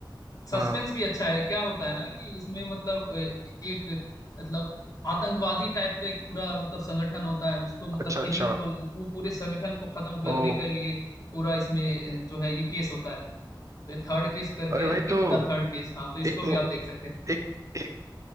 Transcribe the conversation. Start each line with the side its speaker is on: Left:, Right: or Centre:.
Left: सस्पेंस
Right: हाँ
Left: भी अच्छा है क्या होता है ना कि इसमें मतलब अ, एक मतलब आतंकवादी टाइप का एक पूरा मतलब संगठन होता है उसको मतलब
Right: अच्छा अच्छा
Left: किलिंग को वो पूरे संगठन को खत्म करने
Right: ओ
Left: के लिए पूरा इसमें जो है ये केस होता है तो ये थर्ड केस करके
Right: अरे भाई
Left: है हिट
Right: तो
Left: द थर्ड केस हाँ तो इसको
Right: एक मु-
Left: भी आप देख सकते हैं
Right: एक एक